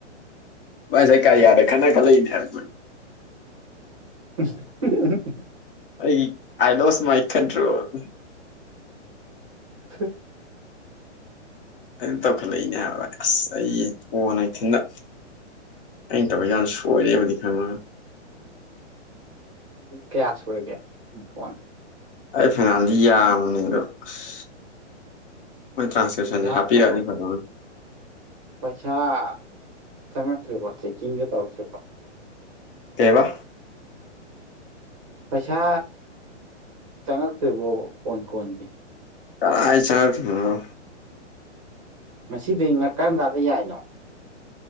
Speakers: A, on the left; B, on the right.
A: ꯉꯥꯁꯥꯢ ꯀꯔꯌꯥꯗ ꯈꯠꯅ ꯈꯠꯜꯛ ꯏꯅꯦꯃꯤ
B: <inaudible>
A: ꯑꯩ ꯑꯥꯏ ꯂꯣꯁ ꯃꯥꯏ ꯀꯟꯇꯔꯣꯜ
B: ꯍ
A: ꯑꯗꯨ ꯇꯧꯈꯠꯂꯛꯏꯅꯦ ꯍꯥꯏꯕ ꯑꯁ ꯑꯩ ꯀꯣꯟꯅꯥ ꯊꯤꯟꯗ ꯑꯩꯅ ꯇꯧꯕ ꯌꯥꯝ ꯁꯣꯏꯔꯦꯕꯗꯤ ꯈꯪꯃ
B: ꯀꯦꯌꯥ ꯁꯨꯔꯒꯦ ꯐꯣꯟ
A: ꯑꯩ ꯐꯅꯥꯝꯗꯤ ꯌꯥꯝꯅꯤꯡꯕ ꯑꯁ ꯃꯣꯏ ꯇ꯭ꯔꯥꯟꯁꯀꯦꯞꯁꯟꯁꯦ
B: ꯄꯩꯁꯥ
A: ꯍꯞꯞꯄꯤꯔꯒꯗꯤ
B: ꯄꯩꯁꯥ
A: ꯐꯖꯅꯅꯦ
B: <unintelligible>
A: ꯀꯩꯕꯥ
B: ꯄꯩꯁꯥ ꯆꯪꯉꯛꯇꯔꯤꯕꯣ ꯐꯣꯟ ꯀꯣꯟꯒꯤ
A: ꯀꯥꯏ ꯆꯪꯉꯛꯇꯣꯏꯅꯣꯗ
B: ꯃꯁꯤꯗꯤ ꯉꯛꯀꯥꯟ ꯀꯥꯟꯗ ꯌꯥꯏꯅꯣ